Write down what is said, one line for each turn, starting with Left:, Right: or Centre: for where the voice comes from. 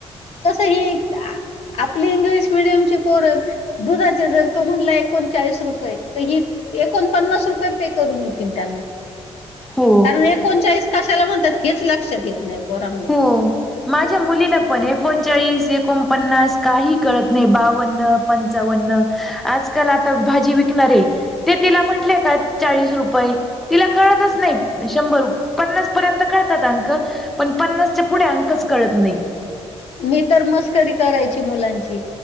Left: तसं हे, आ-आपली इंग्लिश मिडियमची, पोरं दुधाचे, जर तो म्हनला एकोणचाळीस रुपये, त ही एकोण पन्नास रुपये, पे करून येतील, त्यांना.
Centre: हो.
Left: कारण, एकोणचाळीस कशाला म्हणतात, हेच लक्षात येत नाही, पोरांना
Centre: हो. माझ्या मुलीला पण, एकोणचाळीस, एकोणपन्नास, काही कळत नाही, बावन्न पं पंचावन्न, आजकाल आता, भाजी विकणार ये ते, तिला म्हंटले का, चाळीस रुपये तिला कळतच नही, शंभर रू पन्नास पर्यंत कळतात अंक, पण पन्नासच्या पुढे अं कच कळत नही.
Left: मी तर मस्करी करायची मुलांची,